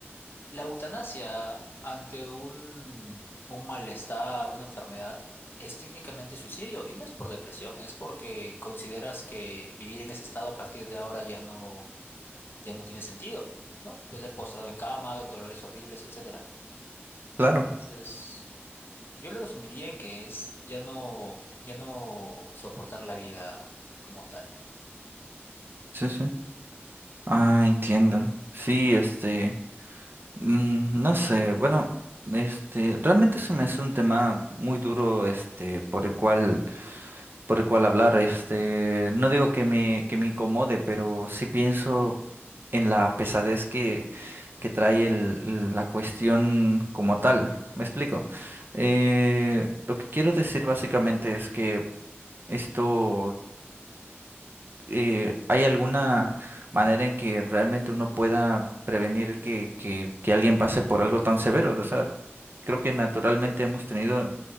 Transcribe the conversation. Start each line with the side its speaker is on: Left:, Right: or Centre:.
Left: la eutanasia ante un, un malestar, una enfermedad, es técnicamente suicidio y no es por depresión, es porque consideras que vivir en ese estado a partir de ahora ya no ya no tiene sentido, ¿no? Puede ser postrado en cama, dolores horribles, etcétera.
Right: claro,
Left: Entonces, yo lo resumiría en que es ya no, ya no soportar la vida como tal.
Right: sí, sí. Ah, entiendo. Sí, este, mm, no sé, bueno, este, realmente se me hace un tema muy duro, este, por el cual, por el cual hablar, este, no digo que me, que me incomode, pero sí pienso en la pesadez que, que trae el- la cuestión como tal. ¿Me explico? Eh, lo que quiero decir básicamente es que esto eh, ¿hay alguna manera en que realmente uno pueda prevenir que, que, que alguien pase por algo tan severo? O sea, creo que naturalmente hemos tenido